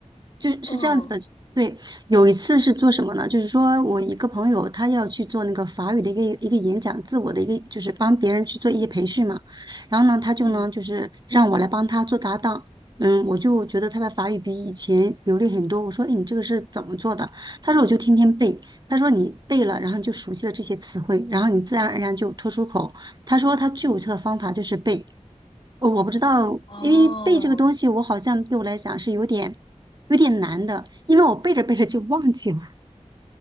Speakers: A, on the right; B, on the left.
A: 就是这样子的。
B: 嗯
A: 对，有一次是做什么呢？就是说我一个朋友他要去做那个法语的一个一个演讲，自我的一个就是帮别人去做一些培训嘛。然后呢，他就呢就是让我来帮他做搭档。
B: 嗯，
A: 嗯，我就觉得他的法语比以前流利很多。我说，哎，你这个是怎么做的？他说我就天天背。他说你背了，然后你就熟悉了这些词汇，然后你自然而然就脱出口。他说他最有效的方法就是背。呃我不知道，
B: 哦，
A: 因为背这个东西，我好像对我来讲是有点有点难的，因为我背着背着就忘记了。